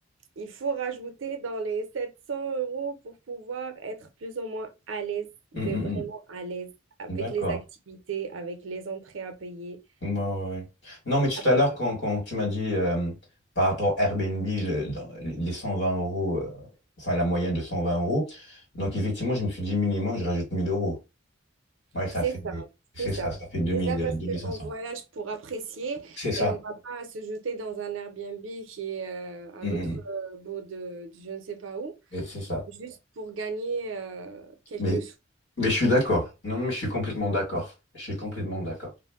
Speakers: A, on the right; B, on the left.
A: il faut rajouter dans les 700 euros pour pouvoir être plus ou moins à l'aise, mais
B: Mm,
A: vraiment
B: mm,
A: à l'aise avec
B: mm. D'accord.
A: les activités, avec les entrées à payer,
B: Ouais, ouais, ouais. Non, mais tout
A: à peu
B: à l'heure,
A: près.
B: quand, quand tu m'as dit euh, par rapport à Airbnb, le- dans les 120 euros, euh, enfin la moyenne de 120 euros, donc effectivement, je me suis dit minimum, je rajoute 1000 euros. Ouais, ça
A: C'est
B: fait,
A: ça,
B: c'est
A: c'est ça.
B: ça, ça fait 2000,
A: C'est ça parce
B: euh, 2500.
A: qu'on voyage pour apprécier
B: C'est ça.
A: et on va pas se jeter dans un Airbnb qui est euh, à
B: Mm,
A: l'autre
B: mm.
A: euh, bout de, de je ne sais pas où,
B: Et c'est ça.
A: juste pour gagner euh, quelques
B: Mais,
A: sous.
B: mais je suis d'accord. Non, mais je suis complètement d'accord. Je suis complètement d'accord.